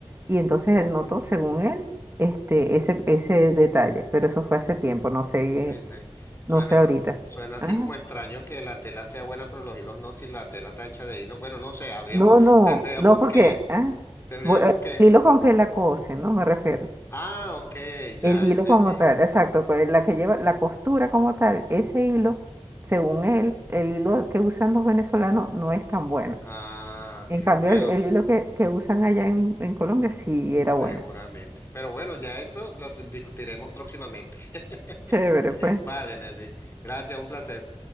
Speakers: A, on the right; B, on the left.
A: Y entonces él notó, según él, este, ese, ese detalle. Pero eso fue hace tiempo, no sé,
B: Ay, sí. Suena,
A: no sé
B: co-
A: ahorita.
B: suena así
A: Ah,
B: como extraño que la tela sea buena, pero los hilos no, si la tela está hecha de hilo. Bueno, no sé, habríamos,
A: No, no,
B: tendríamos
A: no, porque
B: que...
A: ah,
B: Tendríamos
A: voy- eh,
B: que.
A: el hilo con que la cose, ¿no? Me refiero.
B: Ah, ok, ya
A: El hilo
B: entendí.
A: como tal, exacto, co- la que lleva la costura como tal, ese hilo, según él, el hilo que usan los venezolanos no es tan bueno.
B: Ah,
A: En
B: ok.
A: cambio,
B: Bueno,
A: el, el
B: se-
A: hilo que, que usan allá en, en Colombia sí era
B: seguramente.
A: bueno.
B: Pero bueno, ya eso lo discutiremos próximamente. <laughs>
A: Chévere, pues.
B: Vale, Nelvi. Gracias, un placer.